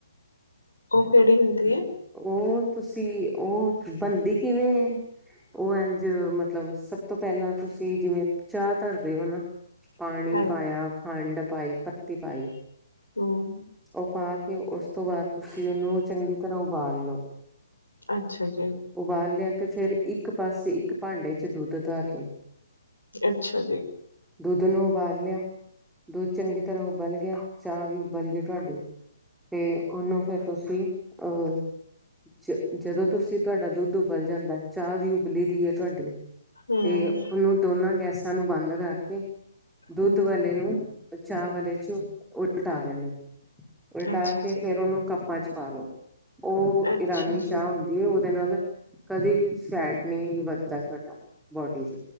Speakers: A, on the left; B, in the centre.
A: ਉਹ ਕਿਹੜੀ ਹੁੰਦੀ ਹੈ।
B: ਉਹ ਤੁਸੀਂ ਉਹ ਬੰਦੀ ਕਿਵੇਂ ਐ, ਉਹ ਇੰਝ ਮਤਲਬ ਸਭ ਤੋਂ ਪਹਿਲਾਂ ਤੁਸੀਂ ਜਿਵੇਂ ਚਾਹ ਧਰਦੇ ਹੋ ਨਾ, ਪਾਣੀ
A: ਹਾਂਜੀ
B: ਪਾਇਆ ਖੰਡ ਪਾਈ ਪੱਤੀ ਪਾਈ
A: ਹਮ
B: ਉਹ ਪਾ ਕੇ ਉਸ ਤੋਂ ਬਾਅਦ ਤੁਸੀਂ ਉਹਨੂੰ ਚੰਗੀ ਤਰ੍ਹਾਂ ਉਬਾਲ ਲੋ।
A: ਅੱਛਾ ਜੀ
B: ਉਬਾਲ ਲਿਆ ਤੇ ਫੇਿਰ ਇੱਕ ਪਾਸੇ ਇੱਕ ਭਾਂਡੇ ਚ ਚ ਦੁੱਧ ਧਾਰ ਤੋਂ।
A: ਅੱਛਾ ਜੀ
B: ਦੁੱਧ ਨੂੰ ਉਬਾਲ ਲਿਓ ਦੁੱਧ ਚੰਗੀ ਤਰ੍ਹਾਂ ਉਬਲ ਗਿਆ ਚਾਹ ਵੀ ਉਬਲ ਗਈ ਤੁਹਾਡੀ ਤੇ ਉਹਨੂੰ ਫੇਿਰ ਤੁਸੀਂ ਅਹ ਜ ਜਦੋਂ ਤੁਸੀਂ ਤੁਹਾਡਾ ਦੁੱਧ ਉਬਲ ਜਾਂਦਾ, ਚਾਹ ਵੀ ਉਬਲੀ ਦੀ ਹੈ ਤੁਹਾਡੀ।
A: ਹਮ
B: ਤੇ ਉਹਨੂੰ ਦੋਨਾਂ ਗੈਸ। ਨੂੰ ਬੰਦ ਰੱਖ ਕੇ। ਦੁੱਧ
A: ਹਮ
B: ਵਾਲੇ ਨੂੰ ਚਾ ਵਾਲੇ ਚੋਂ ਉਲਟਾ ਦੇਣਾ। ਉਲਟਾ
A: ਅੱਛਾ-ਅੱਛਾ।
B: ਕੇ ਫੇਰ ਉਹਨੂੰ ਕੱਪਾਂ ਚ ਪਾ ਲੋੋ। ਉਹ
A: ਅੱਛਾ
B: ਇਰਾਨੀ
A: ਜੀ
B: ਚਾਹ ਹੁੰਦੀ ਹੈ, ਉਹ ਨਾਲ ਕਦੇ ਵੀ ਫੈਟ ਨਹੀਂ ਵੱਧਦਾ ਤੁਹਾਡਾ ਬੋਡ